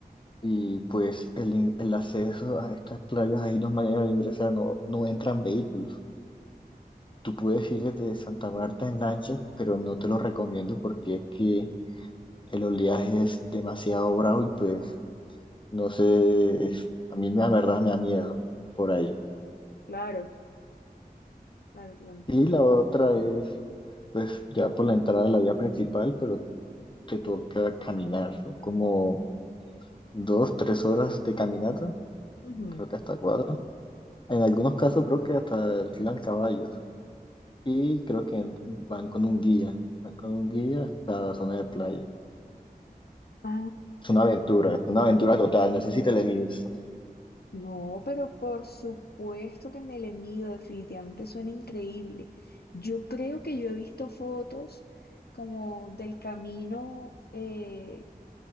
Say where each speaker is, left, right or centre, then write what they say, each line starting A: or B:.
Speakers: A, on the left; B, on the left.
A: Y pues el, in- el acceso a estas playas, hay dos maneras de ingresar, no, no entran vehículos. Tú puedes ir desde Santa Marta en lancha, pero no te lo recomiendo porque es que el oleaje es demasiado bravo y pues no sé, es- a mí la verdad me da miedo por ahí.
B: Claro, claro, claro.
A: Y la otra es pues ya por la entrada de la vía principal, pero te toca caminar, son como dos, tres horas de caminata,
B: Ujú.
A: creo que hasta cuatro. En algunos casos creo que hasta alquilan caballos y creo que en- van con un guía, van con un guía hasta la zona de playa.
B: Ah,
A: Es una aventura,
B: ah.
A: es una aventura total, no sé si te le mides.
B: no, pero por supuesto que me le mido, definitivamente suena increíble. Yo creo que yo he visto fotos como del camino, eh.